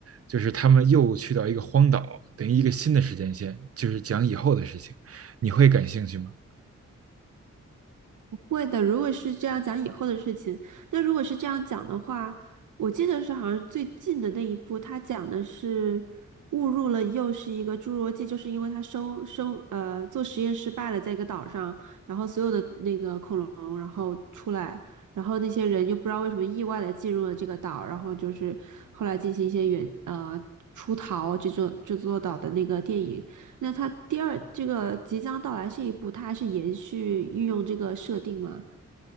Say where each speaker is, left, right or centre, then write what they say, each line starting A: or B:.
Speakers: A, on the right (about 50°); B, on the right (about 85°).
A: 就是他们又去到一个荒岛，等于一个新的时间线，就是讲以后的事情，你会感兴趣吗？
B: 会的，如果是这样讲以后的事情，那如果是这样讲的话，我记得是好像最近的那一部，他讲的是误入了又是一个侏罗纪，就是因为他生生呃做实验失败了，在一个岛上，然后所有的那个恐龙然后出来，然后那些人又不知道为什么意外的进入了这个岛，然后就是后来进行一些远呃出逃这座这座岛的那个电影，那它第二这个即将到来这一步，它还是延续运用这个设定吗？